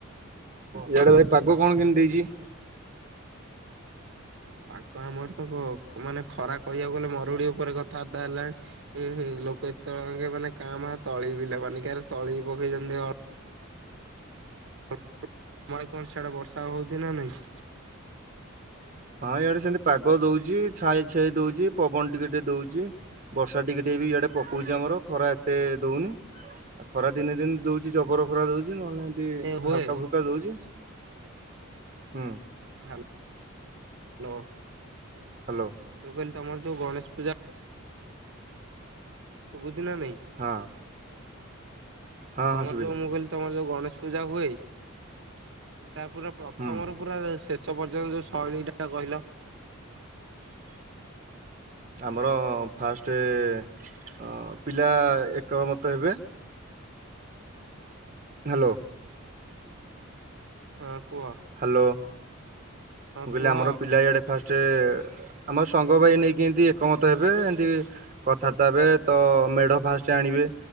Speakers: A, on the right (about 35°); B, on the right (about 60°).
A: ଇଆଡେ ଭାଇ ପାଗ କଣ କେମତି ଦେଇଛି?
B: ପାଗ ଆମର ତ କ ମାନେ ଖରା କହିବାକୁ ଗଲେ ମରୁଡି ଉପରେ କଥାବାର୍ତ୍ତା ହେଲାଣି। ଏହେ ଲୋକେ ଏତେବେଳକେ ମାନେ କାମ ହାତ୍ ତଳି ବିଲ ମାନଙ୍କରେ ତଳି ପକେଇଛନ୍ତି ଅ <unintelligible> ତମ ଆଡେ କଣ ସିଆଡେ ବର୍ଷା ହଉଛି ନା ନାଇଁ?
A: ହଁ ଏଆଡେ ସେମତି ପାଗ ଦଉଛି ଛାଇ ଛାଇ ଦଉଛି ପବନ ଟିକେ ଟିକେ ଦଉଛି। ବର୍ଷା ଟିକେ ଟିକେ ବି ଏଆଡେ ପକଉଛି ଆମର ଖରା ଏତେ ଦଉନି। ଆଉ ଖରା ଦିନେ ଦିନେ ଦଉଛି ଜବର ଖରା ଦଉଛି। ଯେ ନହେଲେ ନାହିଁ ଏମତି
B: ହୁଏ
A: ହାଲକା ଫୁଲକା ଦଉଛି। ହୁଁ।
B: ହାଲ୍ ହ୍ୟାଲୋ।
A: ହ୍ୟାଲୋ।
B: ମୁଁ କହିଲି ତମର ଯୋଉ ଗଣେଶ ପୂଜା ଶୁବୁଝି ନା ନାଇଁ?
A: ହଁ। ହଁ
B: ତମର
A: ହଁ ଶୁଭିଲା
B: ଯୋଉ ମୁଁ କହିଲି ତମର ଯୋଉ ଗଣେଶ ପୂଜା ହୁଏ ତାପରେ ପ୍ରଥମରୁ
A: ହୁଁ
B: ପୁରା ଶେଷ ପର୍ଯ୍ୟନ୍ତ ଯୋଉ ଶୈଳୀ ଟା କହିଲ?
A: ଆମର ଫାଷ୍ଟେ ଅ ପିଲା ଏକମତ ହେବେ। ହ୍ୟାଲୋ।
B: ହଁ କୁହ।
A: ହ୍ୟାଲୋ ମୁଁ
B: ହଁ
A: କହିଲି
B: କୁହ
A: ଆମର ପିଲା ଇଆଡ଼େ ଫାଷ୍ଟେ ଆମ ସଂଘ ଭାଇ ଏ ନେଇକି ଏମତି ଏକମତ ହେବେ ଏମତି କଥାବାର୍ତ୍ତା ହେବେ ତ ମେଢ ଫାଷ୍ଟ ଆଣିବେ।